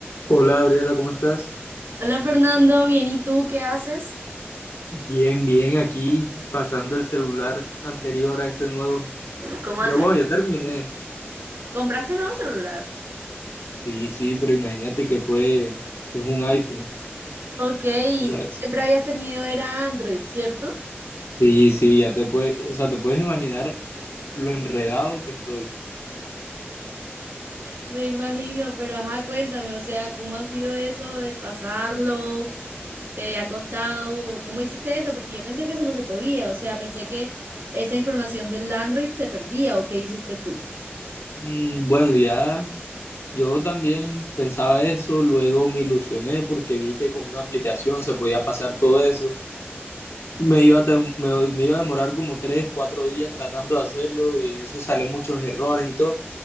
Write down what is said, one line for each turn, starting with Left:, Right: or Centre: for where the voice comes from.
Left: Hola Gabriela, ¿cómo estás?
Right: Hola Fernando, bien, ¿y tú qué haces?
Left: Bien, bien, aquí pasando el celular anterior a este nuevo.
Right: ¿Cómo
Left: Ya
Right: así?
Left: bueno, ya terminé.
Right: ¿Compraste un nuevo celular?
Left: Sí, sí, pero imagínate que fue, que es un iPhone,
Right: Ok,
Left: tú ¿sabes?
Right: tú siempre habías tenido era Android, ¿cierto?
Left: Sí, sí, ya te puedes, o sea, te puedes imaginar lo enredado que estoy.
Right: Me imagino, pero ajá, cuéntame, o sea, ¿cómo ha sido eso de pasarlo? ¿Te ha costado? ¿Cómo hiciste eso? Porque yo pensé que eso no se podía, o sea, pensé que esa información del Android se perdía, ¿o qué hiciste tú?
Left: Mm, Bueno, ya yo también pensaba eso, luego me ilusioné porque vi que con una aplicación se podía pasar todo eso. Me iba a, tem- me, me iba a demorar como tres, cuatro días tratando de hacerlo y eso salió muchos errores y todo.